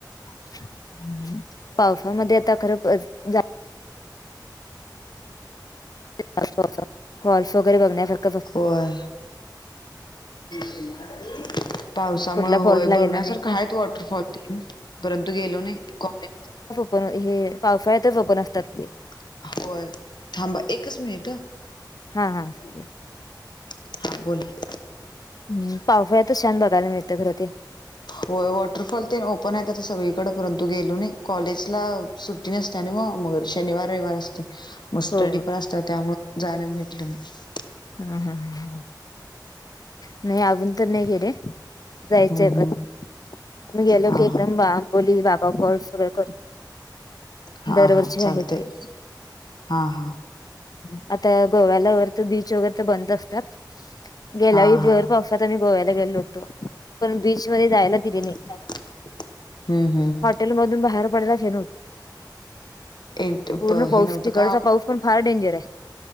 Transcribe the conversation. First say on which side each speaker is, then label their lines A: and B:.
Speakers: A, on the left (about 55°); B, on the left (about 70°).
A: - <unintelligible> पावसामध्ये आता घर ब झा. - <unintelligible> फॉल्स वगैरे बघण्यासाठी. -
B: होयं. <unintelligible> - <unintelligible> पावसामुळे
A: कुठला फॉल्स
B: वौय
A: ला
B: बघण्यासारखं
A: गेला नाही का?
B: आहे. वॉटरफॉल त परंतु गेलो नां कॉनी. -
A: पण. हे पावसाळ्यांतच ओपन असतात. ते कीं. -
B: <unintelligible> होयं. थांबा एकचं मिनिट. अ.... -
A: हां... अ. हां.... अ. -
B: <unintelligible> हां अ बौल. -
A: हम्... पावसाळ्यात त छान बघायला मिळतं. खरं ते. -
B: होयं, वॉटरफॉल ते ओपन आहे. आता सगळीकडे परंतु गेलो नाही कॉलेजला सुट्टी नसते आणि मगं- मग शनिवार रविवार असते. मग स्टर्डी
A: हो हो
B: पण असत. त्यामुळं - जायला भेटले नाही. -
A: हां... हा... ह.. नाही. अजून तर्ं नाही गेले, जायचंय
B: हम्म
A: पणं.
B: हम्म
A: आणि गेलो
B: हा
A: की एकदमं,
B: हा
A: बांबोलीअ बाबा फॉल्स सगळ करून.
B: हा
A: - दरवर्षी
B: हा चालतंय
A: आहेत तें.
B: हा हा
A: - आता गोव्याला वरत बीच, वगैरे बंद असतात. - गेल्या
B: हा
A: वेळी,
B: हा
A: भर पावसात आम्ही गोव्याला गेलो होतो. पण, बीचमध्ये जायला दिले नाही. -
B: <unintelligible> हम्म्ं हम्म्ं. -
A: हृयलूमधून <inaudible> बाहेर पडच हे <inaudible>
B: एक
A: पूर्ण पाऊस
B: हे नव्हतं
A: तिकडचा
B: का
A: पाऊस. - पणं फार् डेंजर आहे.